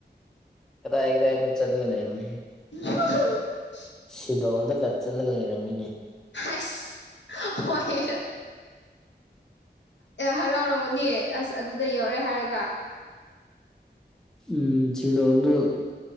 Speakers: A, in the centre; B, on the left.
A: ꯀꯗꯥꯏ ꯀꯗꯥꯏꯅꯣ ꯆꯠꯂꯒ ꯂꯩꯔꯝꯃꯦꯍꯦ
B: <inaudible>
A: ꯁꯤꯂꯣꯡꯗꯀ ꯆꯠꯂꯒ ꯂꯩꯔꯝꯃꯤꯅꯦ
B: ꯍꯥꯏꯁ ꯍꯣꯏꯔ ꯍꯔꯥꯎꯔꯝꯃꯅꯤ ꯑꯁ ꯑꯗꯨꯗ ꯌꯧꯔꯦ ꯍꯥꯏꯔꯒ
A: ꯎꯝ ꯁꯤꯂꯣꯡꯗꯣ